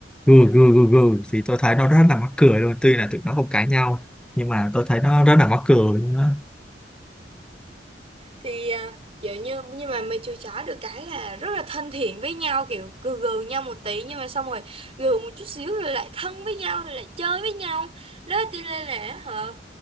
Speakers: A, in the centre; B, on the right (about 35°).
A: gừ gừ gừ gừ thì tôi thấy nó rất là mắc cười luôn tuy là tụi nó không cãi nhau nhưng mà tôi thấy nó rất là mắc cười luôn á
B: thì à, kiểu như nhưng mà mày chui chó được cái là rất là thân thiện với nhau kiểu gừ gừ nhau một tí nhưng mà xong rồi gừ một chút xíu rồi lại thân với nhau rồi lại chơi với nhau đó cho nên là hả